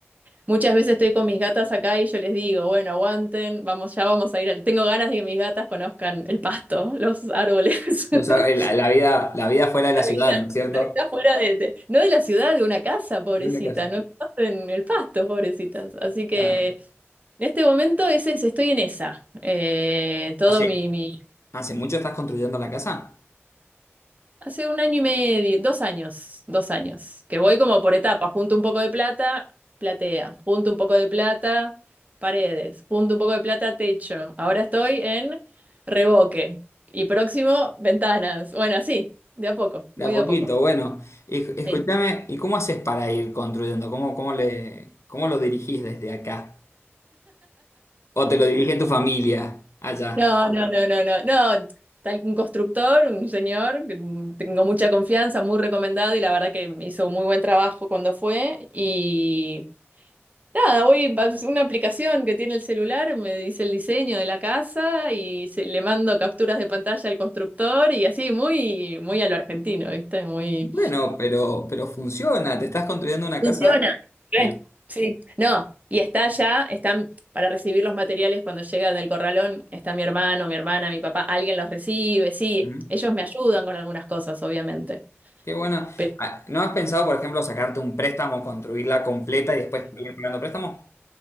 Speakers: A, on the right; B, on the left.
A: muchas veces estoy con mis gatas acá y yo les digo, bueno, aguanten, vamos, ya vamos a ir. al- Tengo ganas de que mis gatas conozcan el pasto, los árboles. <laughs>
B: O sea, la, la vida, la vida fuera de la
A: La
B: ciudad,
A: vida,
B: ¿no es cierto?
A: la vida fuera de, de- no de la ciudad, de una casa, pobrecita,
B: De una casa.
A: no en el pasto, pobrecitas. Así que
B: Ah,
A: en este momento ese es- estoy en esa. Eh, todo
B: Así,
A: mi, mi-
B: ¿Hace mucho estás construyendo la casa?
A: hace un año y medio, dos años, dos años, que voy como por etapas, junto un poco de plata, platea, junto un poco de plata, paredes, junto un poco de plata, techo. Ahora estoy en revoque y próximo, ventanas. Bueno, sí, de a poco, muy
B: De a poquito,
A: de a poco.
B: bueno. Y, escúchame,
A: Sí.
B: ¿y cómo haces para ir construyendo? ¿Cómo, cómo le, cómo lo dirigís desde acá? ¿O te lo dirige tu familia allá?
A: No, no, no, no, no, no. Tal un constructor, un señor, que mm, tengo mucha confianza, muy recomendado y la verdad que me hizo muy buen trabajo cuando fue. Y nada, hoy va- es una aplicación que tiene el celular, me dice el diseño de la casa y se- le mando capturas de pantalla al constructor y así, muy, muy a lo argentino, ¿viste? Muy.
B: Bueno, pero, pero funciona. Te estás construyendo una
A: Funciona.
B: casa
A: Re,
B: del...
A: Sí. No, y está ya, están para recibir los materiales cuando llegan del corralón, está mi hermano, mi hermana, mi papá, alguien los recibe, sí,
B: Ujú.
A: ellos me ayudan con algunas cosas, obviamente.
B: Qué bueno.
A: Pero
B: Ah, ¿No has pensado, por ejemplo, sacarte un préstamo, construirla completa y después ir pagando préstamo?